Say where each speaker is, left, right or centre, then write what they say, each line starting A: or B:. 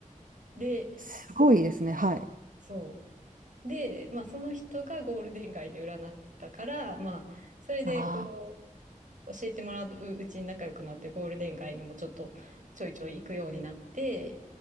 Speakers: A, on the right; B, on the right.
A: で、
B: すごいですね。はい。
A: そう。で、まあ、その人がゴールデン街で占ってたから、まあ、それでこ
B: ああ、
A: う、教えてもらううちに仲良くなって、ゴールデン街にもちょっとちょいちょい行くようになって、